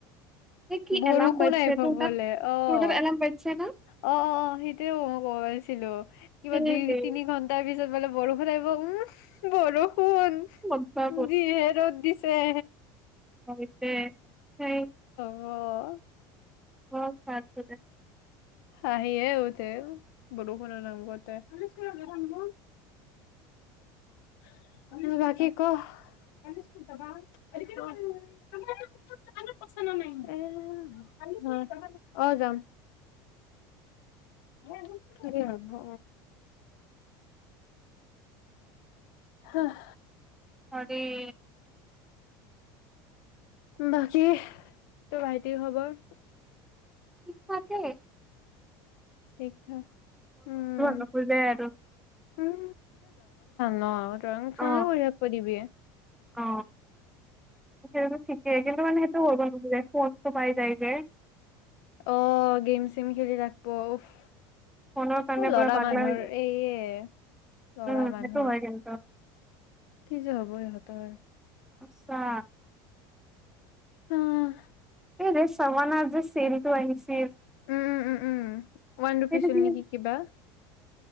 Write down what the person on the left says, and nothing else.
বৰষুণ
আইভ
বোলে
অ'।
অ' অ' অ' সেইটোৱে মই <unintelligible> ছিলো, কিবা
দুই <unintelligible> তিনি ঘন্টাৰ পিছত মানে বৰষুণ আইভো অ' উমফ বৰষুণ,
যিহে ৰ'দ দিছে।
অ'।
হাঁহিয়ে উঠে। বদষুণৰ নাম কোৱাতে। <unintelligible> <inaudible> বাকী ক? <unintelligible> <unintelligible> অ' যাম। <unintelligible> হহ',
বাকী তোৰ ভাইটিৰ খবৰ?
ঠিক থাক। উম-
উম। ন ৰং চঙে
<unintelligible>
অ', গেম-চেম খেলি ৰাখপো উফ।
এ ল'ৰা
মানুহৰ
এয়ে ল'ৰা
মানুহৰ
কি যে হ'ব ইহঁতৰ।
উম',
উম', - উম', -উম', -উম', ওৱান ৰুপিচৰ
নেকি কিবা?